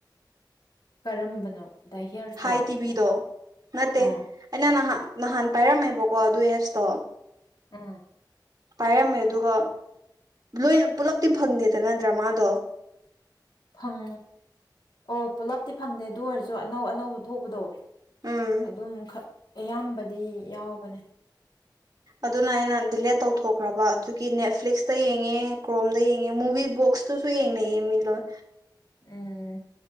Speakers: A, on the left; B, on the right.
A: ꯀꯔꯝꯕꯅꯣ ꯗ ꯍꯤꯌꯔꯁꯂꯣ
B: ꯍꯥꯏꯥꯏ ꯇꯤꯕꯤꯗꯣ ꯅꯠꯇꯦ
A: ꯑꯧ
B: ꯑꯩꯅ ꯅ ꯍꯥ ꯅꯍꯥꯟ ꯄꯥꯏꯔꯝꯃꯦꯕꯀꯣ ꯑꯗꯨ ꯑꯦꯞꯁꯇꯣ
A: ꯎ
B: ꯄꯔꯝꯃꯦꯗꯨꯒ ꯂꯣꯏꯅ ꯄꯨꯂꯞꯇꯤ ꯐꯪꯗꯦꯗꯅ ꯗ꯭ꯔꯃꯥꯗꯣ
A: ꯪ ꯑꯣ ꯄꯨꯂꯞꯇꯤ ꯐꯪꯗꯦ ꯑꯗꯨ ꯑꯣꯏꯔꯁꯨ ꯑꯅꯧ ꯑꯅꯧꯕ ꯊꯣꯛꯄꯗꯣ
B: ꯎꯝ
A: ꯑꯗꯨꯝ ꯑꯌꯥꯝꯕꯗꯤ ꯌꯥꯎꯕꯅꯦ
B: ꯑꯗꯨꯅ ꯑꯩꯅ ꯗꯤꯂꯦꯠ ꯇꯧꯊꯣꯛꯈ꯭ꯔꯕ ꯑꯗꯨꯒꯤ ꯅꯦꯠꯐ꯭ꯂꯤꯛꯁꯇ ꯌꯦꯡꯉꯦ ꯀ꯭ꯔꯣꯝꯗ ꯌꯦꯡꯉꯦ ꯃꯨꯚꯤ ꯕꯣꯛꯁꯇꯨꯁꯨ ꯌꯦꯡꯅꯩꯌꯦꯡꯃꯤꯂꯣꯏ
A: ꯎꯝ